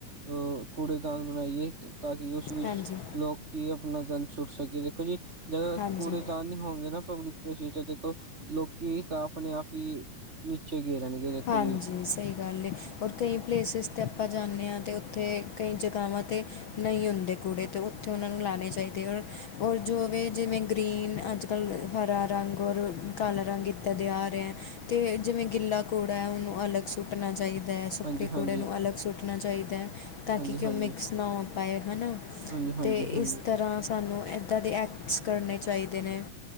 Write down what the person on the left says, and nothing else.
ਹਾਂਜੀ
ਹਾਂਜੀ
ਹਾਂਜੀ
ਸਹੀ ਗੱਲ ਔਰ ਕਈ ਪਲੇਸਿਸ 'ਤੇ ਆਪਾਂ ਜਾਂਦੇ ਹਾਂ ਅਤੇ ਉੱਥੇ ਕਈ ਜਗ੍ਹਾਵਾਂ 'ਤੇ ਨਹੀਂ ਹੁੰਦੇ ਕੂੜੇ ਅਤੇ ਉ ਉੱਥੇ ਉਹਨਾਂ ਨੂੰ ਲਾਉਣੇ ਚਾਹੀਦੇ ਔਰ ਔਰ ਜੋ ਵੀ ਜਿਵੇਂ ਗ੍ਰੀਨ ਅੱਜ ਕੱਲ੍ਹ ਹਰਾ ਰੰਗ ਔਰ ਕਾਲ ਰੰਗਤਾਂ ਦੇ ਆ ਰਿਹਾ ਹੈ ਅਤੇ ਜਿਵੇਂ ਗਿੱਲਾ ਕੂੜਾ ਹੈ ਉਹਨੂੰ ਅਲੱਗ ਸੁੱਟਣਾ ਚਾਹੀਦਾ ਹੈ ਸੁੱਕੇ
ਕੂੜੇ ਨੂੰ ਅਲੱਗ ਸੁੱਟਣਾ ਚਾਹੀਦਾ ਹੈ ਤਾਂ
ਕਿ ਕਿਉਂ ਮਿਕਸ ਨਾ ਹੋ ਪਾਏ ਹੈ ਨਾ
ਤੇ
ਇਸ ਤਰ੍ਹਾਂ ਸਾਨੂੰ ਇੱਦਾਂ ਦੇ ਐਕਟਸ ਕਰਨੇ ਚਾਹੀਦੇ ਨੇ